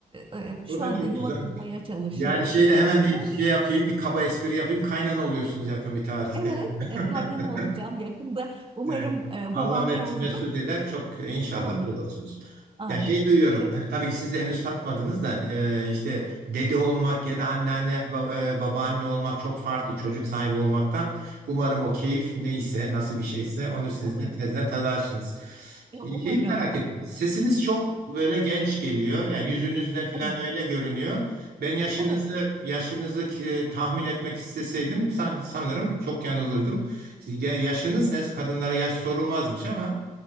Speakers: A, on the right; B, on the right.
A: e, e,
B: O
A: şu
B: da
A: anda
B: çok
A: yuva
B: güzel.
A: kurmaya çalışıyor.
B: Yani şeyde hemen
A: O yüzden
B: bir şey yapayım, bir kaba espri yapayım. Kaynana oluyorsunuz yakın bir tarihte.
A: evet e, kaynana
B: <laughs>
A: olacağım yakında. Umarım
B: Evet.
A: e,
B: Allah
A: babaanne
B: met
A: olurum.
B: mesut eder çok e, inşallah
A: Amin.
B: olursunuz.
A: Amin.
B: Ya şey duyuyorum
A: E,
B: e, tabii ki siz de henüz tatmadınız da e, işte dede olmak ya da anneanne ba- e, babaanne olmak çok farklı çocuk sahibi olmaktan. Umarım o keyif neyse nasıl bir
A: değil
B: şeyse
A: mi?
B: onu siz
A: Umarım.
B: de tezden tadarsınız.
A: E,
B: Şey-
A: umarım.
B: Şeyi merak ettim. Sesiniz çok böyle genç geliyor. Yani yüzünüzde falan
A: Evet.
B: öyle görünüyor. Ben yaşınızı
A: Evet.
B: yaşınızı e, tahmin etmek isteseydim san- sanırım çok yanılırdım. Siz ya- yaşınız ne? Kadınlara yaş sorulmazmış ama.